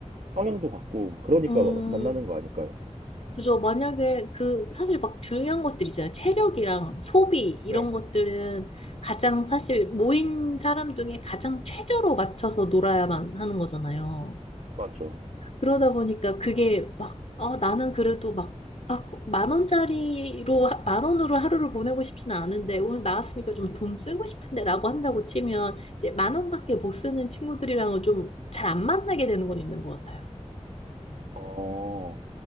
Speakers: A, on the right; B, on the left.
A: 성향도 같고, 그러니까
B: 음,
A: 마- 만나는 거 아닐까요?
B: 그죠. 만약에 그 사실 막 중요한 것들 있잖아요. 체력이랑 소비 이런
A: 네.
B: 것들은 가장 사실 모인 사람 중에 가장 최저로 맞춰서 놀아야만 하는 거잖아요.
A: 맞죠.
B: 그러다 보니까 그게 막, 어, 나는 그래도 막, 막 만 원짜리로, 하- 만 원으로 하루를 보내고 싶지는 않은데 오늘 나왔으니까 좀 돈 쓰고 싶은데 라고 한다고 치면 이제 만 원밖에 못 쓰는 친구들이랑은 좀 잘 안 만나게 되는 건 있는 것 같아요.
A: 어,